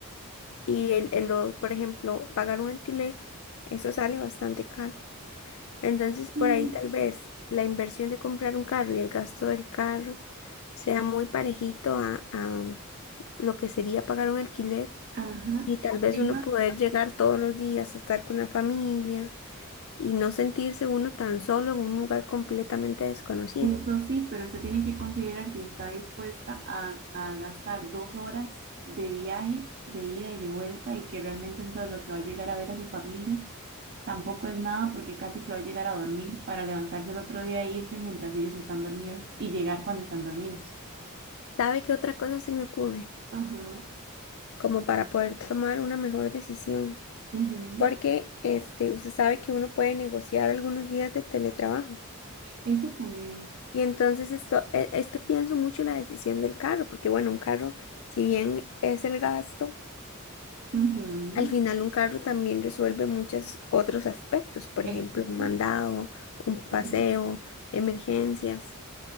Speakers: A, on the left; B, on the right.
A: y el, el los, por ejemplo, pagar un alquiler, eso sale bastante caro. Entonces, por
B: sí,
A: ahí tal vez la inversión de comprar un carro y el gasto del carro sea muy parejito a, a lo que sería pagar un alquiler
B: ajá.
A: y tal
B: El
A: vez uno
B: tema
A: poder llegar todos los días a estar con la familia y no sentirse uno tan solo en un lugar completamente desconocido.
B: Eso sí, pero usted tiene que considerar si está dispuesta a, a gastar dos horas de viaje, de ida y de vuelta, y que realmente entonces lo que va a llegar a ver a su familia tampoco es nada, porque casi que va a llegar a dormir para levantarse el otro día e irse mientras ellos están dormidos y llegar cuando están dormidos.
A: ¿Sabe qué otra cosa se me ocurre?
B: Ajá,
A: Como para poder tomar una mejor decisión.
B: ujú,
A: Porque este, usted sabe que uno puede negociar algunos días de teletrabajo.
B: Eso también.
A: Y entonces esto e- es que pienso mucho en la decisión del carro, porque bueno, un carro, si bien es el gasto,
B: Ujú,
A: al final un carro también resuelve muchos otros aspectos, por
B: Eso
A: ejemplo,
B: sí.
A: un mandado, un paseo,
B: ujú.
A: emergencias.